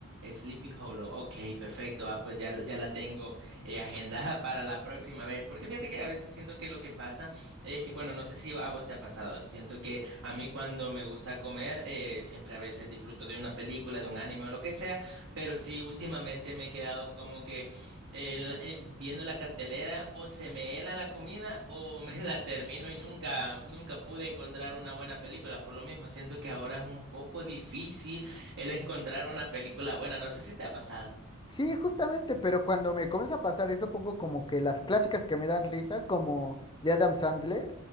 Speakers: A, on the right; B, on the left.
A: Sleepy Hollow. Ok, perfecto. Ah, pues ya, ya la tengo eh, <laughs> agendada para la próxima vez. Porque fíjate que a veces siento que lo que pasa es que, bueno, no sé si a vos te ha pasado. Siento que a mí cuando me gusta comer, eh, siempre a veces disfruto de una película, de un anime o lo que sea. Pero sí, últimamente me he quedado como que eh, eh, viendo la cartelera o se me hela la comida o me <laughs> la termino y nunca, nunca pude encontrar una buena película. Por lo mismo, siento que ahora es un poco difícil el encontrar una película buena. No sé si te ha pasado.
B: Sí, justamente, pero cuando me comienza a pasar eso, pongo como que las clásicas que me dan risa, como de Adam Sandler,